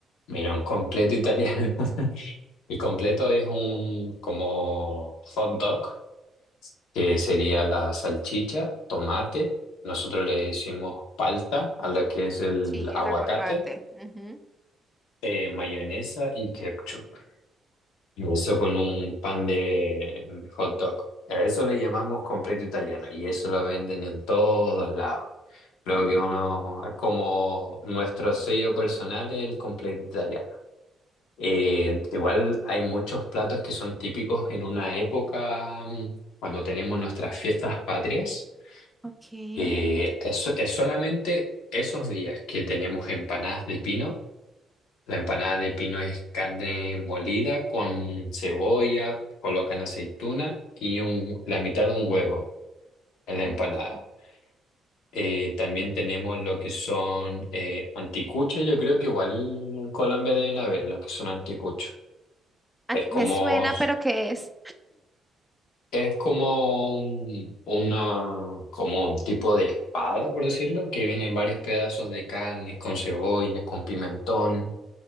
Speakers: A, on the left (about 90°); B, in the centre.
A: Mira, un completo italiano. <laughs> El completo es un como hot dog, que sería la salchicha, tomate. Nosotros le decimos palta a lo que es el
B: Sí,
A: aguacate.
B: el aguacate. Ujú.
A: eh, mayonesa y ketchup. Y eso con un pan de hot dog. A eso le llamamos completo italiano y eso lo venden en todos lados. Creo
B: Oh,
A: que uno es como nuestro sello personal es el completo italiano. Eh, igual hay muchos platos que son típicos en una época, mm, cuando tenemos nuestras fiestas patrias.
B: ok.
A: Eh, eso- es solamente esos días que tenemos empanadas de pino La empanada de pino es carne molida con cebolla, colocan aceituna y un- la mitad de un huevo en la empanada.
B: Oh.
A: Eh, también tenemos lo que son eh, anticuchos, yo creo que igual en Colombia deben haber los que son anticuchos.
B: Ah,
A: Es como,
B: Me suena, pero ¿qué es?
A: es como un, una, como un tipo de espada, por decirlo, que vienen varios pedazos de carne con cebolla, con pimentón,